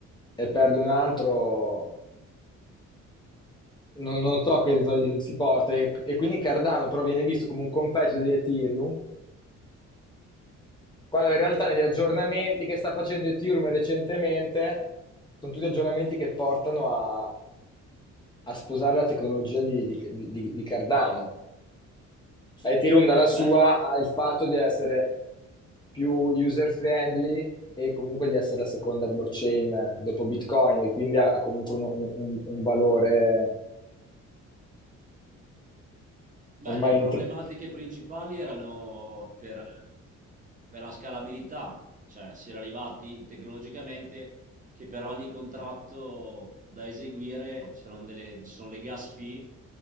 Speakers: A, on the left (about 15°); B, on the right (about 25°).
A: e perde un altro, non, non so che risultati si porta. E, e quindi Cardano però viene visto come un competitor di Ethereum Quando in realtà negli aggiornamenti che sta facendo Ethereum recentemente, sono tutti aggiornamenti che portano a, a sposare la tecnologia di, di- di- di Cardano. Ethereum dalla sua
B: Beh,
A: ha il fatto di essere più user friendly e comunque di essere la seconda blockchain dopo Bitcoin, e quindi ha, ha comunque un, un- un valore
B: Beh,
A: ormai
B: le problematiche principali erano per, per la scalabilità, cioè si era arrivati tecnologicamente che per ogni contratto da eseguire c'erano delle, ci sono le gas fee